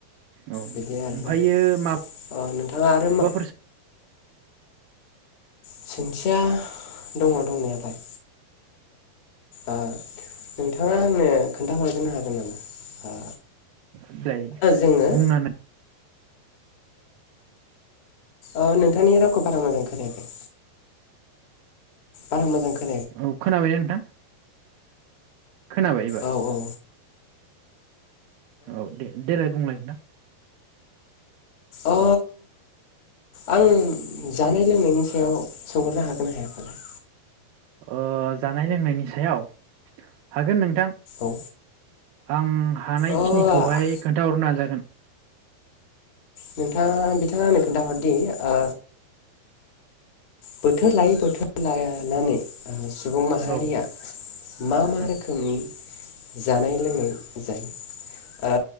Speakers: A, on the right; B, on the left.
A: औ ओमफायो
B: बिदि आरोना
A: माब
B: अ नोंथाङा आरो मा
A: यो
B: सोंथिया दङ दंनायालाय नोंथाङा आंनो खोन्थाहरग्रोनो हागोन नामा
A: सोंसिलाय
B: जोङो
A: बुंनानै
B: ओ नोंथांनि रावखौ बारा मोजां खोनायाखै बारा मोजां खो
A: औ खोनाबायना नोंथां? खोनाबाय एबार
B: औ औ
A: औ दे देलाय बुंलाय नोंथां
B: अ आं जानाय लोंनायनि सायाव सोंहरनो हागोन ना हायाफालाय?
A: अ जानाय लोंनायनि सायाव हागोन नों थां
B: औ
A: आं हानायखिनिखौहाय
B: अ
A: खोन्थाहरनो नाजा गोन
B: नोंथाङा बिथाङा आंनो खोन्थाहरदि ओ बोथोर लायै बोथोर लायानानै सुबुं माहारिया
A: औ
B: मा मा
A: औ
B: रोखोमनि जानाय लोंनाय जायो ओ